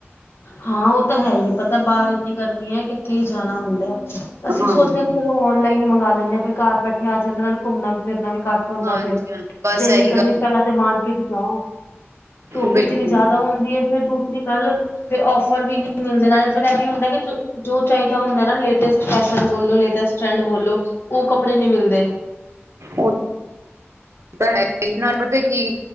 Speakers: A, on the left; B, on the right.
A: ਹਾਂ ਉਹ ਤਾਂ ਹੈ ਹੀ ਹੈ ਪਤਾ ਬਾਹਰ ਇੰਨੀ ਗਰਮੀ ਹੈ ਕਿੱਥੇ ਹੀ ਜਾਣਾ ਹੁੰਦਾ। ਅਸੀਂ
B: ਹਾਂਜੀ
A: ਵੀ ਸੋਚਦੇ ਹਾਂ ਕਿ ਚਲੋ ਔਨਲਾਈਨ ਹੀ ਮੰਗਾ ਲੈਂਨੇ ਆ ਫੇਰ। ਘਰ ਬੈਠੇ ਆ ਜਾਂਦੇ ਨਾਲ ਘੁੰਮਣਾ ਫਿਰਨਾ ਵੀ ਘੱਟ ਹੁੰਦਾ
B: ਹਾਂਜੀ
A: ਫੇਰ,
B: ਹਾਂਜੀ ਬਸ
A: ਤੇ ਇੰਨੀ
B: ਇਹੀ
A: ਗਰਮੀ
B: ਗੱਲ
A: ਚ ਪਹਿਲਾਂ ਤੇ ਮਾਰਕੀਟ ਜਾਓ, ਧੁੱਪ
B: ਬਿਲਕੁਲ
A: ਇਤਨੀ ਜ਼ਿਆਦਾ ਹੁੰਦੀ ਹੈ ਫੇਰ ਦੂਸਰੀ ਗੱਲ, ਫੇਰ ੳਫਰ ਵੀ ਨੀ ਮਿਲਦੇ ਨਾ, ਇਹੀ ਹੁੰਦਾ ਜੋ ਚਾਹੀਦਾ ਹੁੰਦਾ ਨਾ ਲੇਟਸਟ ਫੈਸ਼ਨ ਬੋਲੋ ਲੇਟੈਸਟ ਟ੍ਰੈਂਡ ਬੋਲੋ, ਉਹ ਕੱਪੜੇ ਨੀ ਮਿਲਦੇ।
B: ਉਹ ਤਾਂ ਹੈ ਨਾਲ ਪਤਾ ਕੀ।